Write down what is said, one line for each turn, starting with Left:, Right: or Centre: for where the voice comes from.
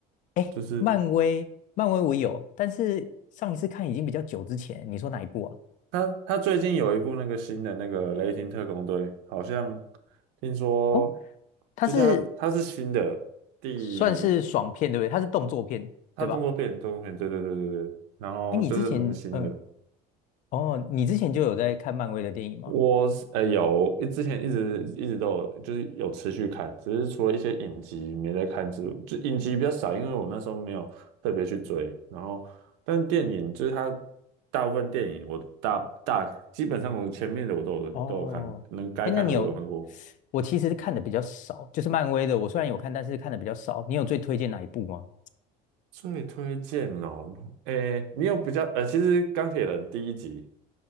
Left: 哎，
Right: 就是
Left: 漫威，漫威我有，但是上一次看已经比较久之前，你说哪一部啊？
Right: 他他最近有一部那个新的那个《雷霆特工队》，好像听说
Left: 哦，它是
Right: 就是他他是新的第
Left: 算是爽片，对不对？它是动作片，
Right: 他动作片动作片，
Left: 对吧？
Right: 对对对对对，然后就是蛮新的。
Left: 哎，你之前，嗯，哦，你之前就有在看漫威的电影吗？
Right: 我是呃有之前一直一直都有，就是有持续看，只是除了一些影集没在看之，就影集比较少，因为我那时候没有特别去追。然后，但是电影就是它大部分电影我大大基本上我前面的我都有都有看，
Left: 哦，
Right: 能该看的我都有看过。
Left: 哎，那你有，我其实看的比较少，就是漫威的，我虽然有看，但是看的比较少。你有最推荐哪一部吗？
Right: 最推荐哦，诶，你有比较呃，其实《钢铁人》第一集，